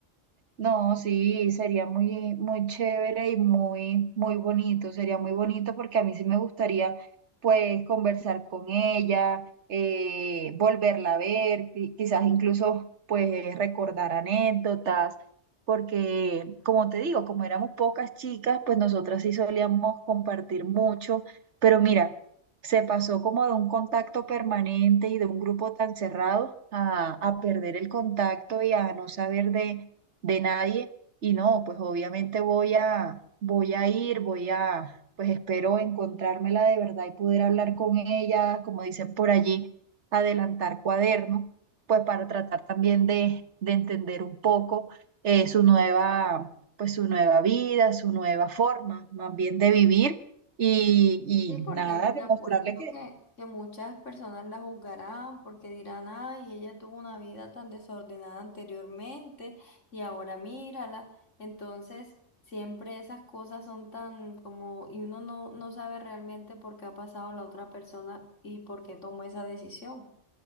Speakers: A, on the right (about 70°); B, on the left (about 85°).
A: No, sí, sería muy, muy chévere y muy, muy bonito. Sería muy bonito porque a mí sí me gustaría, pues, conversar con ella, eh, volverla a ver, qui- quizás incluso, pues, recordar anécdotas, porque, como te digo, como éramos pocas chicas, pues nosotras sí solíamos compartir mucho, pero mira, se pasó como de un contacto permanente y de un grupo tan cerrado a, a perder el contacto y a no saber de de nadie y no, pues obviamente voy a, voy a ir, voy a, pues espero encontrármela de verdad y poder hablar con ella, como dicen por allí, adelantar cuaderno, pues para tratar también de, de entender un poco eh, su nueva, pues su nueva vida, su nueva forma, más bien de vivir y, y
B: Sí, porque
A: nada,
B: te
A: demostrarle
B: apuesto
A: que
B: que, que muchas personas la juzgarán porque dirán, ay, ella tuvo una vida tan desordenada anteriormente y ahora mírala. Entonces, siempre esas cosas son tan como, y uno no, no sabe realmente por qué ha pasado la otra persona y por qué tomó esa decisión,